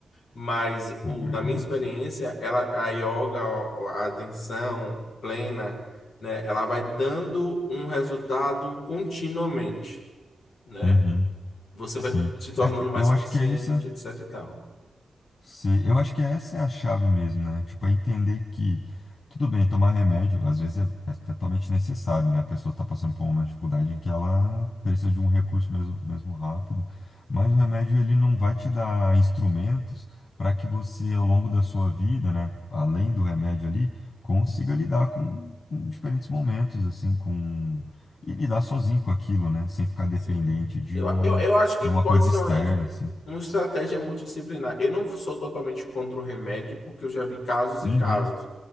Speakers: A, on the left (about 85°); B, on the left (about 55°).
A: Mas o,
B: é verdade.
A: na minha experiência, ela, a yoga, a a atenção plena, né? Ela vai dando um resultado continuamente, né?
B: Uhum.
A: Você vai
B: Sim.
A: se tornando
B: É,
A: mais
B: eu
A: consciente,
B: acho que é isso.
A: etc e tal.
B: Sim, eu acho que essa é a chave mesmo, né? Tipo, é entender que, tudo bem, tomar remédio, às vezes é, é totalmente necessário, né? A pessoa está passando por uma dificuldade em que ela precisa de um recurso mesmo, mesmo rápido, mas o remédio, ele não vai te dar instrumentos para que você, ao longo da sua vida, né? Além do remédio ali, consiga lidar com, com diferentes momentos, assim, com... E lidar sozinho com aquilo, né? Sem ficar dependente
A: Sim.
B: de
A: Eu,
B: um,
A: eu, eu acho que
B: de
A: pode
B: uma coisa
A: ser
B: externa,
A: uma,
B: assim.
A: uma estratégia multidisciplinar. Eu não sou totalmente contra o remédio, porque eu já vi casos
B: Uhum.
A: e casos.